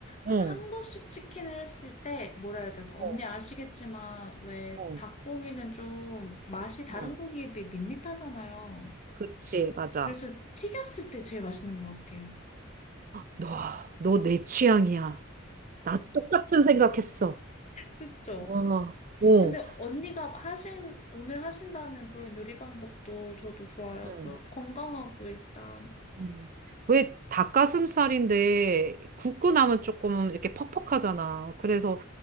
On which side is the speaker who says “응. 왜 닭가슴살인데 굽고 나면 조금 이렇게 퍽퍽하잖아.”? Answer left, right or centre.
Right